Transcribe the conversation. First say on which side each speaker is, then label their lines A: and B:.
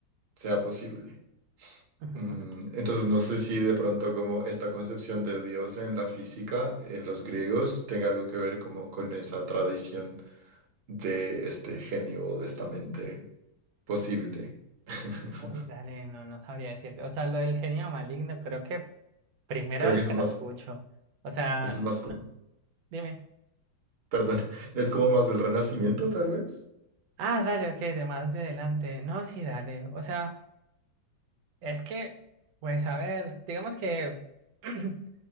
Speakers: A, on the right (about 45°); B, on the right (about 85°).
A: sea posible.
B: ujú.
A: Mm, Entonces no sé si de pronto como esta concepción de Dios en la física, en los griegos, tenga algo que ver como con esa tradición de este genio o de esta mente posible. <laughs>
B: Uy, dale, no, no sabría decirte. O sea, lo del genio maligno, creo que primera
A: Creo
B: vez
A: que eso
B: que
A: es
B: la
A: más,
B: escucho. O sea,
A: eso es más como,
B: dime.
A: perdón, <laughs> es como más del Renacimiento tal vez.
B: Ah, dale, ok, de más de adelante. No, sí, dale. O sea, es que, pues a ver, digamos que <clears throat>